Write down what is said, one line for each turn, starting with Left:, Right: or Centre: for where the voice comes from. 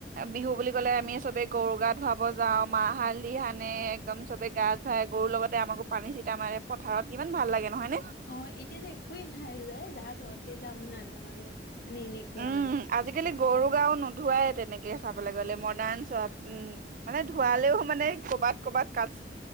Right: বিহু বুলি ক'লে আমি চবে গৰু গা ধুৱাব যাওঁ। মাহ-হালধি সানে, একদম চবে গা ধুৱাই গৰুৰ লগতে আমাকো পানী চিটা মাৰে পথাৰত, কিমান ভাল লাগে। নহয় নে
Left: অ', এতিয়া যে একোৱেই নাই। <unintelligible> তহঁতে যা, আমি নাযাওঁ আৰু। মানে এনেকুৱা
Right: উম
Left: আৰু
Right: আজিকালি গৰু গাও নোধুৱাই তেনেকে চাবলৈ গ'লে মডাৰ্ন চব উম মানে ধুৱালেও মানে ক'বাত ক'বাত কাচ